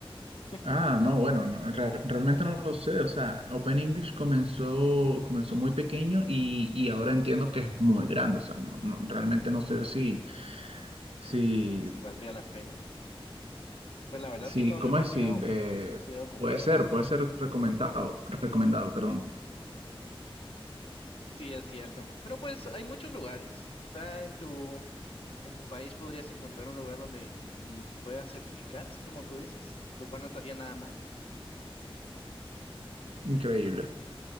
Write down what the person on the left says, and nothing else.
<laughs>
No.
Sí, valdría la pena. Pues la verdad
que no
lo he investigado,
no he estudiado con
ellas.
Sí, es cierto. Pero pues hay muchos lugares. Quizá en tu, en tu país podrías encontrar un lugar donde, donde se pueda certificar, así como tú dices, lo cual no estaría nada mal.